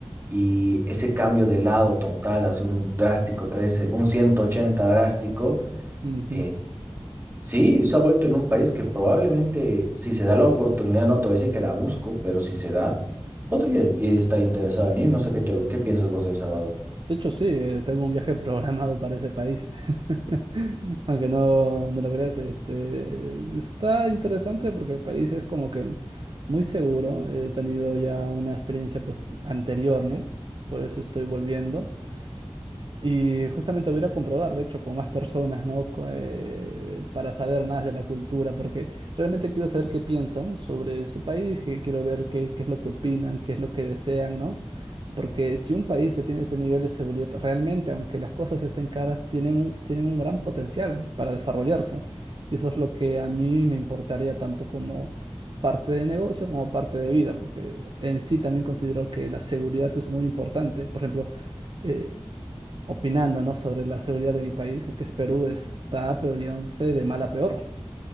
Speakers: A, on the right; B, on the right.
A: Y ese cambio de lado total, hace un drástico 13, un 180 drástico,
B: ujú.
A: eh, Sí, se ha vuelto en un país que probablemente, si se da la oportunidad, no te voy a decir que la busco, pero si se da, podría i- estar interesado en ir. No sé qué te- qué piensas vos de El Salvador.
B: De hecho, sí, eh, tengo un viaje <laughs> programado para ese país. <laughs> Aunque no, no lo creas, este, está interesante porque el país es como que muy seguro. He tenido ya una experiencia pues, anterior, ¿no? Por eso estoy volviendo. Y justamente voy a ir a comprobar, de hecho, con más personas, ¿no? Co- eh, para saber más de la cultura, porque realmente quiero saber qué piensan sobre su país, que quiero ver qué, qué es lo que opinan, qué es lo que desean, ¿no? Porque si un país ya tiene ese nivel de seguridad, realmente, aunque las cosas estén caras, tienen un, tienen un gran potencial para desarrollarse. Y eso es lo que a mí me importaría tanto como parte de negocio como parte de vida, porque en sí también considero que la seguridad es muy importante. Por ejemplo, eh, opinando, ¿no? sobre la seguridad de mi país, que es Perú, está, pero ya no sé, de mal a peor